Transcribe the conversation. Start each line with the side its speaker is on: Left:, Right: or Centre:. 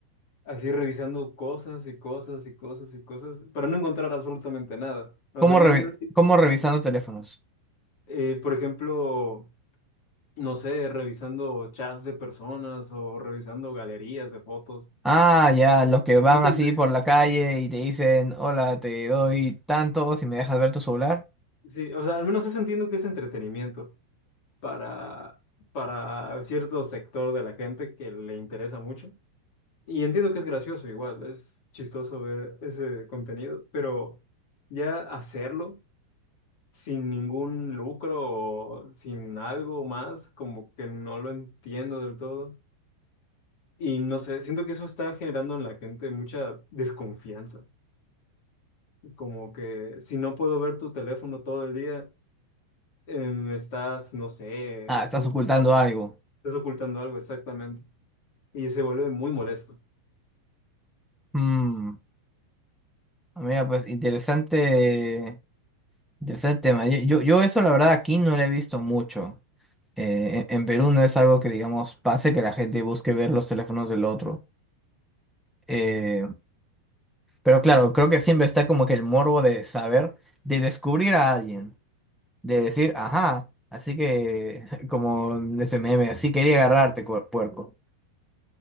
Left: Así revisando cosas y cosas y cosas y cosas para no encontrar absolutamente nada. O
Centre: ¿Cómo,
Left: sea, no,
Centre: revi-
Left: no enti-
Centre: cómo revisando teléfonos?
Left: eh, por ejemplo, no sé, revisando chats de personas o revisando galerías de fotos.
Centre: Ah, ya, los que van
Left: Nunca
Centre: así
Left: entendí.
Centre: por la calle y te dicen, hola, te doy tanto si me dejas ver tu celular.
Left: Sí, o sea, al menos eso entiendo que es entretenimiento para, para cierto sector de la gente que le interesa mucho. Y entiendo que es gracioso igual, es chistoso ver ese contenido, pero ya hacerlo sin ningún lucro o sin algo más, como que no lo entiendo del todo. Y no sé, siento que eso está generando en la gente mucha desconfianza, como que si no puedo ver tu teléfono todo el día, em, estás, no sé,
Centre: Ah,
Left: estás
Centre: estás ocultando
Left: haciendo algo,
Centre: algo.
Left: estás ocultando algo exactamente. Y se vuelve muy molesto.
Centre: Mm, mira, pues interesante, interesante tema. Yo, yo, yo eso la verdad aquí no lo he visto mucho. Eh, en en Perú no es algo que, digamos, pase que la gente busque ver los teléfonos del otro. Eh, pero claro, creo que siempre está como que el morbo de saber, de descubrir a alguien. de decir, ajá, así que, <laughs> como de ese meme, así quería agarrarte, cuer- puerco.